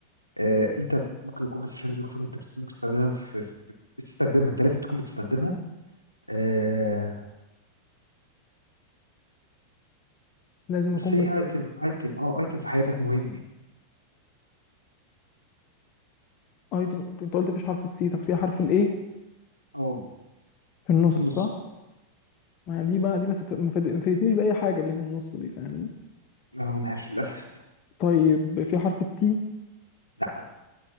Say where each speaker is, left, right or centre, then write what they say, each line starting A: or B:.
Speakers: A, on the left; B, on the left.
A: آه، أنت ممكن يكون مثلا عشان ظروفك أنت بس- ممكن تستخدمها في في- بتستخدمها أنت لازم تكون بتستخدمها آه،
B: لازم
A: بس
B: اكون
A: هي
B: بستخدم
A: ايتم ايتم أه ايتم في حياتك مهم يعني
B: اه انت أنت قلت مفيش حرف السي طب في حرف الايه
A: أه
B: في النص
A: في النص
B: صح ما دي بقى دي ما سف- ما فاد- ما فادتنيش بأي حاجة اللي في النص دي فاهمني
A: أه أنا عارف للأسف
B: طيب في حرف التي
A: لا